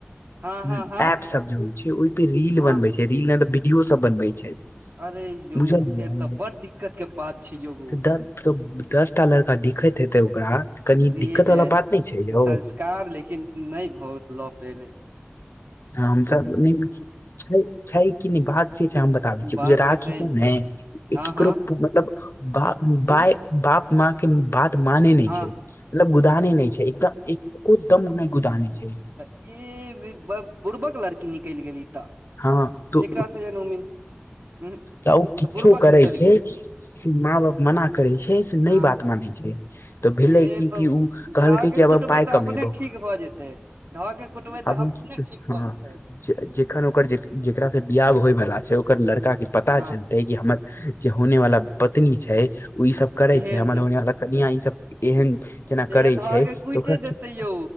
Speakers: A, on the right (about 50°); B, on the left (about 65°).
A: हँ हँ
B: ओहि
A: हँ
B: एप सब जे होइ छै ओहिपे रील
A: हँ
B: बनबै छै रील मे तऽ वीडियो सब बनबै छै
A: अरे यौ
B: बुझलियै
A: फेर तऽ बड़ दिक्कत के बात छै यौ
B: तो दसटा लड़का दिखैत हेते ओकरा कनि
A: जी
B: दिक्कत
A: है
B: वाला बात नहि छै यौ
A: संस्कार लेकिन नहि भहु लऽ पले
B: हँ हम न छै छै की नहि बात से छै हम बताबै छी
A: बात
B: ओ जे राखी
A: तऽ सही
B: छै ने
A: हँ
B: केकरो
A: हँ
B: मतलब ब
A: की
B: बाय बाप माँ के बात माने नहि
A: हँ
B: छै मतलब गुदाने नहि छै एकदम एकोदम नहि गुदाने छै
A: ये बुड़बक लड़की निकलि गेली तऽ
B: हँ तऽ
A: एकरा से जेहन उम्मीद उहूं
B: तऽ उ किछु
A: बुड़बक
B: करै
A: निकलि
B: छै
A: गेल
B: से माँ बाप मना करै छै से नहि
A: हँ
B: बात मानै छै तऽ भेलै
A: से
B: कि
A: तऽ
B: की ओ कहलकै
A: धऽ के
B: कि आब
A: कुटबै
B: हम पाय
A: तऽ
B: कमेबौ
A: अपने ठीक भऽ जेतै धऽ के कुटबै
B: आब
A: तऽ
B: हम
A: अपने
B: की कऽ सक
A: ठीक भऽ
B: हँ
A: जेतै
B: जखन ओकर जेकरा से बियाह होय वाला छै ओकर लड़का के पता
A: हँ
B: चलते हमर जे होने वाला पत्नी छै ओ ई सब
A: एहन
B: करे छै हमर
A: जे
B: होने वाला कनिया ई सब एहन जेना
A: से
B: करै
A: धऽ
B: छै
A: के कुइटे
B: तऽ ओकरा
A: देतै
B: केते
A: यौ